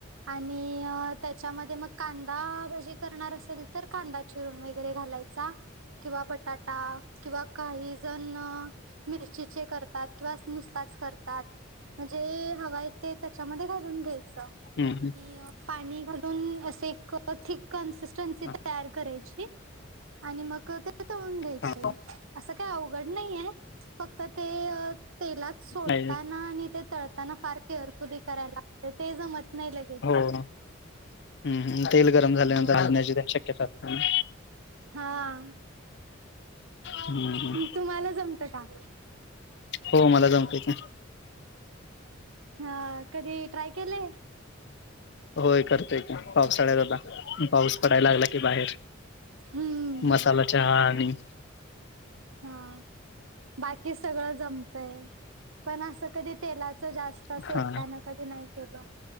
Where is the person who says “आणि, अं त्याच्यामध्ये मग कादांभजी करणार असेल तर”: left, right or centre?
Right